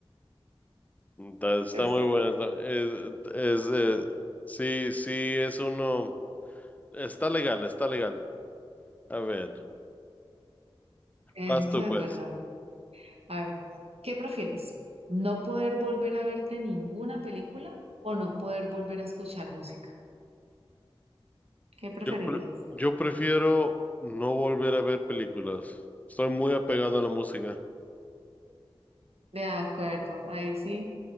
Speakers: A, on the left (about 15°); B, on the right (about 85°).
A: Está, está
B: <laughs> Ese-
A: muy bueno. está- es, es, eh, sí, sí, es uno. Está legal, está legal. A ver,
B: Eso
A: vas tú
B: sí es
A: pues.
B: verdad. A ver, ¿qué prefieres? ¿No poder volver a verte ninguna película o no poder volver a escuchar música? ¿Qué preferirías?
A: Yo, pre- yo prefiero no volver a ver películas. Estoy muy apegado a la música.
B: De acuerdo, ahí sí